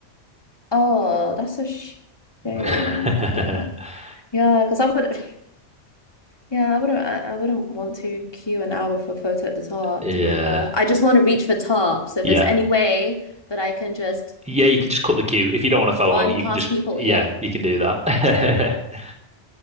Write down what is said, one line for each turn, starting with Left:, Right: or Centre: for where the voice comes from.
Left: Oh, that's a shame.
Centre: <laughs>
Left: Damn it. Yeah, because I would. Yeah, I wouldn't I, I wouldn't want to queue an hour for a photo at the top,
Centre: Yeah.
Left: to be fair. I just want to reach the top. So if
Centre: Yeah.
Left: there's any way that I can just
Centre: Yeah, you can just cut the queue. If you don't want a photo,
Left: run
Centre: you
Left: past
Centre: can just
Left: people,
Centre: yeah,
Left: yeah.
Centre: you can do that. <laughs>